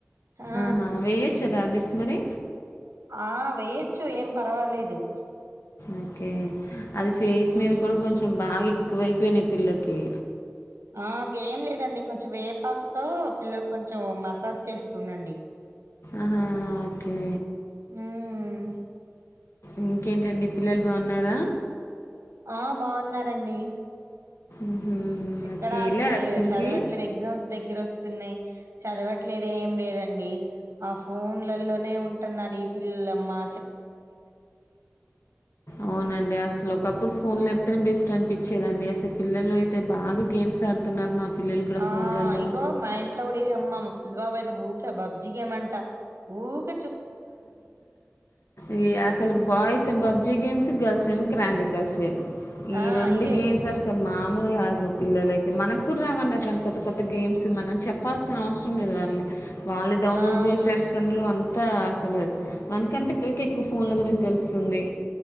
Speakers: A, on the right; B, on the left.
A: ఆ
B: ఆహా వేయొచ్చా టాబ్లెట్స్ మరి
A: ఆ వేయొచ్చు ఏం పర్వాలేదు
B: ఓకే అది ఫేస్ మీద
A: ఉమ్
B: కూడా కొంచెం బాగా ఎక్కువయిపోయినాయి పిల్లకి
A: ఆ ఏం లేదండి కొంచెం వేపాకుతో పిల్లలు కొంచెం మసాజ్ చేస్తుండండి
B: ఆహా ఓకే
A: ఉమ్
B: ఇంకేంటండి పిల్లలు బాగున్నారా
A: ఆ బాగున్నారండి
B: మ్హూ.
A: ఎక్కడ
B: ఓకే వెళ్ళారా
A: అసలు
B: స్కూల్కి
A: చదవట్లేదు ఎగ్జామ్స్ దగ్గర వస్తున్నాయి చదవట్లేదు ఏం లేదండి ఆ ఫోన్లలోనే ఉంటున్నారు ఈ పిల్లలమ్మా
B: అవునండి అసలు ఒకప్పుడు ఫోన్లు లేప్తేనే బెస్ట్ అనిపించ చదండి అస పిల్లలు అయితే అయితే బాగా గేమ్స్ ఆడుతున్నారు మా పిల్లలు కూడా
A: ఆ
B: ఫోన్లలో
A: ఇగో మా ఇంట్లో కూడా ఇది అమ్మ మా పెద్ద బాబు అయితే ఊకే పబ్జీ గేమ్ అంటా ఊక
B: ఈ అసలు బాయ్స్ ఏ పబ్జీ గేమ్స్ గర్ల్స్ ఏం క్రాం గాసే ఈ
A: ఆ
B: రెండు
A: ఇవే
B: గేమ్స్ అసలు మా <unintelligible> పిల్లల అయితే మనకు కూడా రావండి అలాంటి కొత్త కొత్త గేమ్స్ మనం చెప్పాల్సిన అవసరం లేదు వాళ్ళ వాళ్ళు డౌన్లోడ్
A: అవును
B: చేసేస్తన్నారు త అసలు మనకంటే పిల్లకి ఎక్కువ ఫోన్ల గురించి తెలుస్తుంది